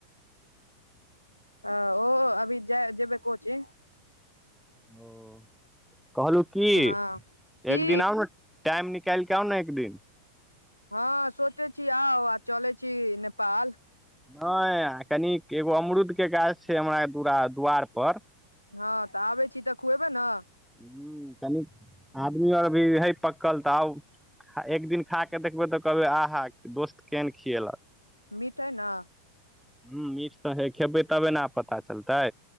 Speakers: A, on the left; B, in the centre.
A: आ ओ अभी जेबै कोचिंग
B: ओ कहलहुँ की
A: हँ की
B: एक दिन आउ ने टाइम निकाल के आउ ने एक दिन
A: हँ सोचै छी आउ आ चलै छी नेपाल
B: नहि कनि एगो अमरुद के गाछ छै हमरा दरा दु्वार पर
A: हँ तऽ आबै छी तऽ खुएबे ने
B: ह कनी आदमी आर भी हय पकल तऽ आउ एक दिन खा कऽ देखबै तऽ कहबै आहा दोस्त केहन खियलक
A: मिठ अय न
B: ह मीठ तऽ हे खेबै तबे ने पता चलतै